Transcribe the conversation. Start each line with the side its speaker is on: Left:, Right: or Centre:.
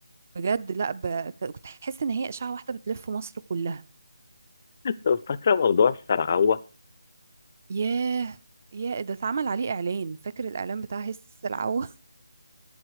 Right: بجد لا ب... ك- كنت حاسه ان هي اشاعه واحده بتلف مصر كلها
Left: كنت فاكره موضوع السرعوه
Right: ياه يا ده اتعمل عليه اعلان فاكر الاعلان بتاع هس السلعوه